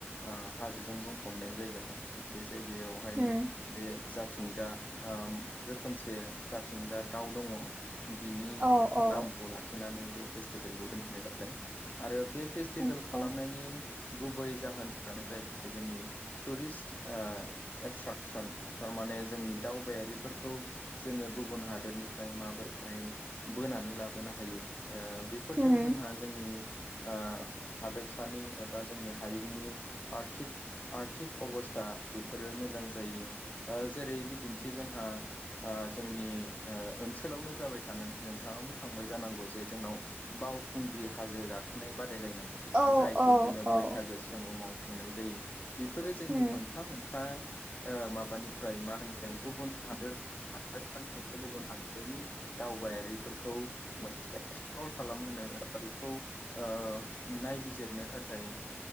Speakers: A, on the left; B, on the right.
A: ओ हाजोजों बुंफबनाय जायगा बे जायगायावहाय
B: उम
A: बे जाथिंगा ओम रोखोमसे जाथिंगा दाउ दङ बिनि
B: औ औ
A: नामखौ लाखिनानै बे फेस्टिभेलखौ दोननाय जादों आरो बे फेस्टिभेल
B: आतसा
A: खालामनायनि गुबै जाहोनफ्रानो जाहैबाय जोंनि टुरिस्ट एट्राकसन थारमाने जोंनि दावबायारिफोरखौ जोङो गुबुन हादोरनिफ्राय माबोरैहाय बोनानै लाबोनो हायो ओ बेफोरजों
B: उम
A: जोंहा जोंनि ओ हादोरसानि एबा जोंनि हायुंनि आर्थिक आर्थिक अबसथा बेफोरो मोजां जायो ओ जेरै बिदिनथि जोंहा जोंनि ओनसोलावनो जाबाय थानाय नोंथाङाबो थांबाय जानांगौ जे जोंनाव बावखुंग्रि हाजो गाखोनाय बादायलायनाय
B: औ
A: जायखौ
B: औ
A: जोङो
B: औ
A: बैसागो गोहोमाव खुंनाय जायो बेफोरो जोंनि
B: उम
A: मोनफा मोनफा माबानिफ्राय मा होनो गुबुन हादोर <unintelligible> गुबुन हादरनि दावबायारिफोरखौ मोनसे एक्सप्लर खालामहोनो एबा बेखौ ओ नायबिजिरनो थाखाय